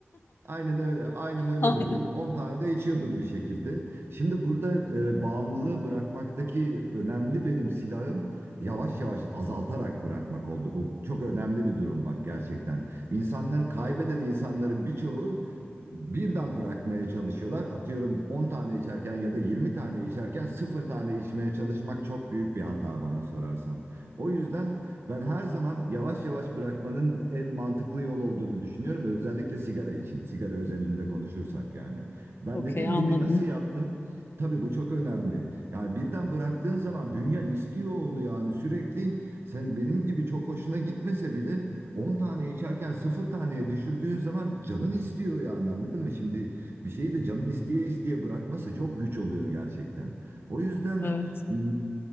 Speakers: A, on the right; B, on the left.
A: Aynen öyle. Aynen öyle
B: <laughs> Aynen.
A: bir durum. 10 tane de içiyordum bir şekilde. Şimdi burada e, bağımlılığı bırakmaktaki önemli benim silahım yavaş yavaş azaltarak bırakmak oldu. Bu çok önemli bir durum bak gerçekten. İnsanların kaybeden insanların birçoğu birden bırakmaya çalışıyorlar. Atıyorum 10 tane içerken ya da 20 tane içerken sıfır tane içmeye çalışmak çok büyük bir hata bana sorarsan. O yüzden ben her zaman yavaş yavaş bırakmanın en mantıklı yol olduğunu düşünüyorum. Özellikle sigara için, sigara özelinde konuşursak yani. Ben
B: Okey
A: dediğim
B: anladım.
A: gibi nasıl yaptım? Tabii bu çok önemli. Yani birden bıraktığın zaman bünyen istiyor onu yani sürekli. Sen benim gibi çok hoşuna gitmese bile 10 tane içerken sıfır taneye düşürdüğün zaman canın istiyor yani anladın mı? Şimdi bir şeyi de canın isteye isteye bırakması çok güç oluyor gerçekten. O yüzden
B: Evet.
A: m,